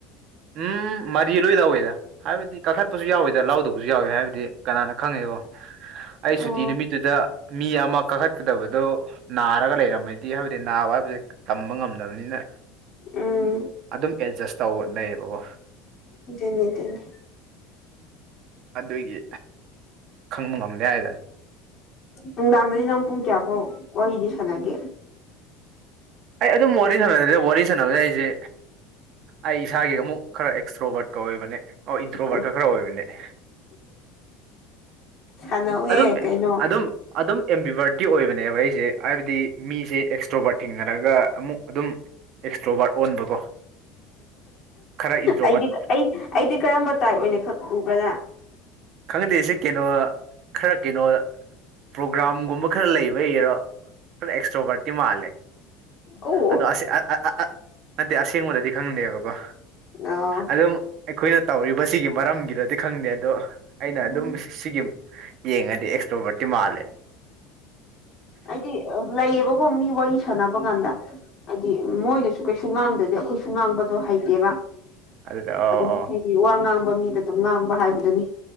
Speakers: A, on the right; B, on the left.
A: ꯎꯝ ꯃꯔꯤ ꯂꯣꯏ ꯂꯧꯋꯦꯗ ꯍꯥꯏꯕꯗꯤ ꯀꯥꯛꯊꯠꯄꯁꯨ ꯌꯥꯎꯋꯦꯗ ꯂꯧꯗꯕꯁꯨ ꯌꯥꯎꯋꯤ ꯍꯥꯏꯕꯗꯤ ꯀꯅꯥꯅ ꯈꯪꯉꯦꯕꯣ ꯑꯩ ꯁꯨꯇꯤ
B: ꯑꯣ
A: ꯅꯨꯃꯤꯠꯇꯨꯗ ꯃꯤ ꯑꯃ ꯀꯥꯈꯠ ꯀꯗꯕꯗꯣ ꯅꯥꯔꯒ ꯂꯩꯔꯝꯃꯗꯤ ꯍꯥꯏꯕꯗꯤ ꯅꯥꯕ ꯍꯥꯏꯕꯁꯦ ꯇꯝꯕ ꯉꯝꯗꯕꯅꯤꯅ
B: ꯎꯝ
A: ꯑꯗꯨꯝ ꯑꯦꯠꯖꯁ ꯇꯧꯅꯩꯌꯦꯕꯀꯣ
B: ꯑꯗꯨꯅꯤ ꯑꯗꯨꯅꯤ
A: ꯑꯗꯨꯒꯤ ꯈꯪꯕ ꯉꯝꯗꯦ ꯍꯥꯏꯗ
B: ꯅꯨꯡꯗꯥꯡꯗꯗꯤ ꯅꯪ ꯄꯨꯡ ꯀꯌꯥ ꯐꯥꯎ ꯋꯥꯔꯤꯗꯤ ꯁꯥꯟꯅꯒꯦ
A: ꯑꯩ ꯑꯗꯨꯝ ꯋꯥꯔꯤ ꯁꯥꯟꯅꯗꯦ ꯋꯥꯔꯤ ꯁꯥꯟꯅꯕꯁꯦ ꯑꯩꯁꯦ ꯑꯩ ꯏꯁꯥꯒꯤ ꯑꯃꯨꯛ ꯈꯔ ꯑꯦꯛꯁꯇ꯭ꯔꯣꯕꯔꯠꯀ ꯑꯣꯏꯕꯅꯦ ꯑꯣ ꯏꯟꯊ꯭ꯔꯣꯕꯔꯠꯀ
B: ꯑꯩ
A: ꯈꯔ ꯑꯣꯏꯕꯅꯦ <inaudible>
B: ꯁꯥꯟꯅꯧꯍꯦ
A: ꯑꯗꯨꯝ
B: ꯀꯩꯅꯣ
A: ꯑꯗꯨꯝ ꯑꯗꯨꯝ ꯑꯦꯝ ꯕꯤ ꯕꯔꯗ ꯀꯤ ꯑꯣꯏꯕꯅꯦꯕ ꯑꯩꯁꯦ ꯍꯥꯏꯕꯗꯤ ꯃꯤꯁꯦ ꯑꯦꯛꯁꯇ꯭ꯔꯣꯕꯔꯠ ꯊꯦꯡꯅꯔꯒ ꯑꯃꯨꯛ ꯑꯗꯨꯝ ꯑꯦꯛꯁꯇ꯭ꯔꯣꯕꯥꯔꯠ ꯑꯣꯟꯕꯀꯣ ꯈꯔ ꯏꯟꯇ꯭ꯔꯣꯕꯥꯔꯠ
B: ꯑꯩꯗꯤ ꯑꯩ ꯑꯩꯗꯤ ꯀꯔꯝꯕ ꯇꯥꯏꯞ ꯑꯣꯏꯅ ꯈꯪ ꯎꯕ꯭ꯔ ꯅꯪ
A: ꯈꯪꯍꯟꯗꯦꯁꯦ ꯀꯩꯅꯣ ꯈꯔ ꯀꯩꯅꯣ ꯄ꯭ꯔꯣꯒ꯭ꯔꯥꯝꯒꯨꯝꯕ ꯈꯔ ꯂꯩꯕ ꯏꯔꯣ ꯑꯗꯣ ꯑꯦꯛꯁꯇ꯭ꯔꯣꯕꯔꯠꯇꯤ ꯃꯥꯜꯂꯦ
B: ꯑꯣ
A: ꯑꯗꯣ ꯑꯁꯦ ꯑꯠ ꯑꯠ ꯑ ꯅꯠꯇꯦ ꯑꯁꯦꯡꯕꯗꯗꯤ ꯈꯪꯗꯦꯕꯀꯣ
B: ꯑꯣ
A: ꯑꯗꯨꯝ ꯑꯩꯈꯣꯏꯅ ꯇꯧꯔꯤꯕꯁꯤꯒꯤ ꯃꯔꯝꯒꯤꯔꯗꯤ ꯈꯪꯗꯦ ꯑꯗꯣ ꯑꯩꯅ
B: ꯎꯝ
A: ꯑꯗꯨꯝ ꯁꯤꯒꯤ ꯌꯦꯡꯉꯗꯤ ꯑꯦꯛꯁꯇ꯭ꯔꯣꯕꯔꯠꯇꯤ ꯃꯥꯜꯂꯦ
B: ꯍꯥꯏꯗꯤ ꯂꯩꯌꯦꯕꯀꯣ ꯃꯤ ꯋꯥꯔꯤ ꯁꯥꯟꯅꯕ ꯀꯥꯟꯗ ꯍꯥꯏꯗꯤ ꯃꯣꯏꯅꯁꯨ ꯀꯩꯁꯨ ꯉꯥꯡꯗ ꯑꯗ ꯑꯩꯈꯣꯏꯁꯨ ꯉꯥꯡꯕꯗꯣ ꯍꯩꯇꯦꯕ
A: ꯑꯗꯨꯗ ꯑꯣ
B: ꯑꯗꯨꯝ
A: ꯑꯣ
B: ꯍꯥꯏꯗꯤ ꯋꯥ ꯉꯥꯡꯕ ꯃꯤꯗ ꯑꯗꯨꯝ ꯉꯥꯡꯕ ꯍꯥꯏꯕꯗꯨꯅꯤ